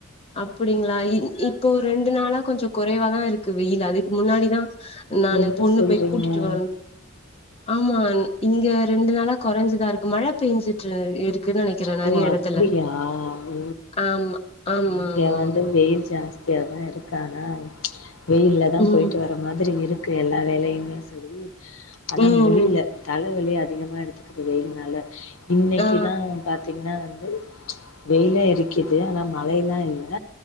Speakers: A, on the left (about 30°); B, on the left (about 80°).
A: அப்படிங்ளா இ இப்போ ரெண்டு நாளா கொஞ்சோ குறைவாதா இருக்கு வெயில் அதுக்கு முன்னாடிதா நானு
B: என்ன
A: பொண்ணு
B: சொல்றீங்க
A: போய் கூட்டிட்டு வரனு ஆமா இங்க ரெண்டு நாளா கொறஞ்சுதா இருக்கு மழ பேஞ்சுட்டு இருக் குன் நெனைக்கிறே நெறைய
B: ஓ
A: எடத்துல
B: அப்டியா ஓ
A: ஆமா ஆமா
B: இங்க
A: ஆமா
B: வந்து
A: ஆமா
B: வெயில் ஜாஸ் தியாதா இருக்கு ஆனா வெயில்லதா
A: ம்
B: போயிட்டு வர மாதிரி இரு க்கு எல்லா வேலையுமே செரி ஆனா
A: ம்
B: முடில
A: ம்
B: தலைவலி அதிகமா எடுத்து க்குது வெயில்னால இன்னைக்குதா
A: ஆ
B: பாத்திங்னா வந்து வெயிலா எரிக்குது ஆனா மழைல்லா இல்ல